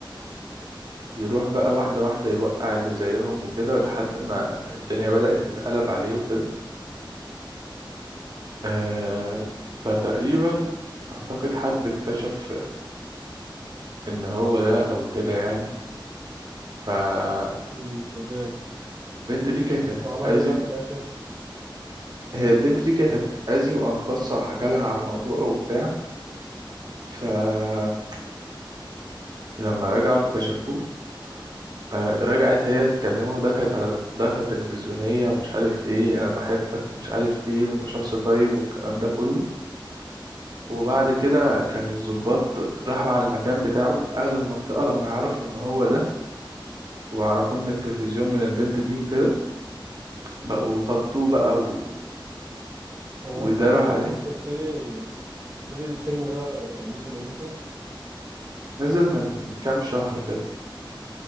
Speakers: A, on the right; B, on the right.
A: يروح بقى واحدة واحدة يوقع اللي زيهم وكده لحد ما الدنيا بدأت تتقلب عليه وكده آه فتقريبا أعتقد حد اكتشف إن هو ده أو كده يعني فالبنت
B: مم، ده جامد
A: دي كانت هتتأذي
B: وعمل ايه بقى في الاخر؟
A: هي البنت دي كانت هتتأذي وأنقذها وحكى لها على الموضوع وبتاع فلما رجعوا اكتشفوه آه، رجعت هي تكلمه ودخلت على مداخلة تلفزيونية ومش عارف ايه أنا بحبك ومش عارف ايه وأنت شخص طيب والكلام ده كله وبعد كده كان الضباط راحوا على المكان بتاعه أهل المنطقة لما عرفوا إن هو ده وعرفوه من التلفزيون من البنت دي وكده بقوا غطوه بقى و...
B: هو
A: وداروا
B: انت هو
A: عليه
B: انت قلت لي قلت لي الفيلم ده نزل امتى؟
A: نزل من كام شهر كده